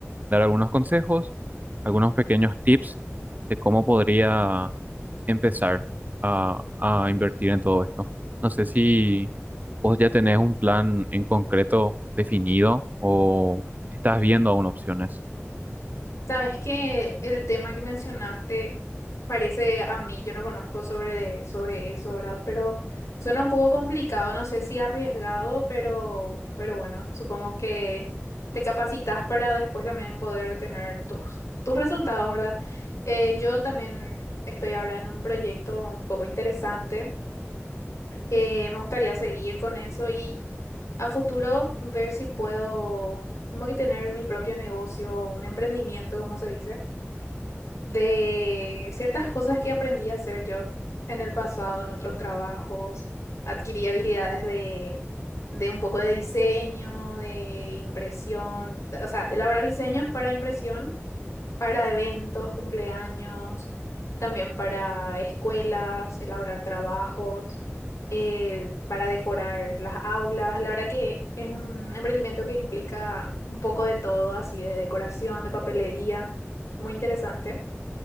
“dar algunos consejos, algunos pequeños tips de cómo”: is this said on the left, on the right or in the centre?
Right